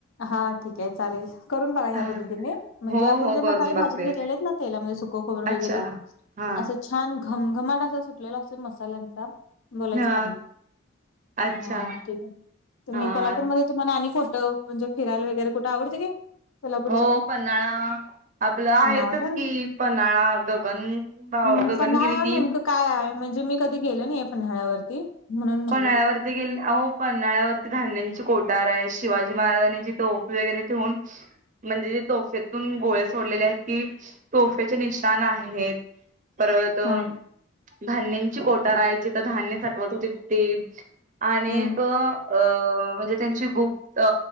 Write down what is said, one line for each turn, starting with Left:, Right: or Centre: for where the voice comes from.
Left: हा ठीक आहे चालेल करून बघा या
Right: हा
Left: पद्धतीने. म्हणजे
Right: हो
Left: आपण
Right: हो
Left: जे मसाले
Right: करून बघते
Left: भाजून घेतलेलेत ना तेलामध्ये सुकं खोबर
Right: अच्छा
Left: वगैरे
Right: हा
Left: असं छान घमघमाट असा सुटलेला असतोय मसाल्यांचा. बोलायचं
Right: हा
Left: काम नाही.
Right: अच्छा
Left: हा, ठीक आहे. तुम्ही
Right: हा
Left: कोल्हापूरमध्ये तुम्हाला आणि कोठ म्हणजे फिरायला वगैरे कुठं आवडते काय? कोल्हापूरचं
Right: हो
Left: काय
Right: पन्हाळा. आपलं आहेतच
Left: पन्हाळा का
Right: की पन्हाळा, गगन भाव
Left: हम्म,
Right: गगनगिरी
Left: पन्हाळ्यावर
Right: ती
Left: नेमकं काय आहे म्हणजे मी कधी गेलो नाही पन्हाळ्यावरती म्हणून म्हणले
Right: पन्हाळ्यावर ती गेली, अहो पन्हाळ्यावरती धान्यांची कोठार आहे. शिवाजी महाराजांची तोफ वगैरे ठेवून म्हणजे जे तोफेतून गोळे सोडलेले आहेत ती तोफेंचे निशान आहेत. परत
Left: हा
Right: धान्यची कोठार आहे, जिथं धान्य साठवत होतीत. ते आणिक
Left: हम्म
Right: अ म्हणजे त्यांची गुप्त अ